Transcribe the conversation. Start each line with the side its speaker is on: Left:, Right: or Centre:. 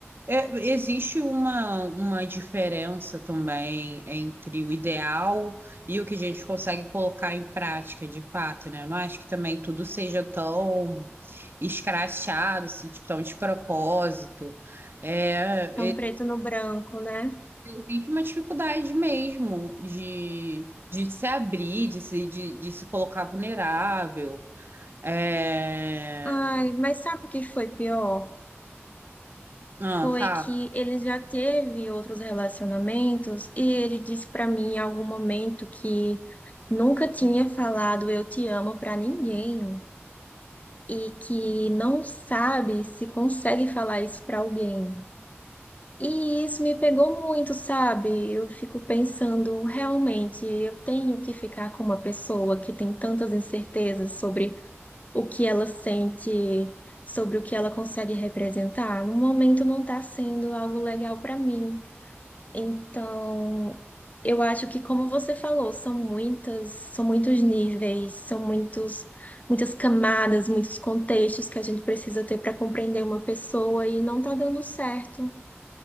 Right: é, existe uma, uma diferença também entre o ideal e o que a gente consegue colocar em prática, de fato, né? Eu não acho que também tudo seja tão escrachado, assim, tipo, tão de propósito. É,
Left: é um preto no branco, né?
Right: Vive uma dificuldade mesmo de, de se abrir, de se, de, de se colocar vulnerável. É...
Left: Ai, mas sabe o que foi pior?
Right: Ah,
Left: foi
Right: fala.
Left: que ele já teve outros relacionamentos e ele disse pra mim em algum momento que nunca tinha falado eu te amo pra ninguém e que não sabe se consegue falar isso pra alguém. E isso me pegou muito, sabe? Eu fico pensando, realmente, eu tenho que ficar com uma pessoa que tem tantas incertezas sobre o que ela sente sobre o que ela consegue representar, no momento não está sendo algo legal para mim. Então, eu acho que, como você falou, são muitas, são muitos níveis, são muitos, muitas camadas, muitos contextos que a gente precisa ter para compreender uma pessoa e não está dando certo.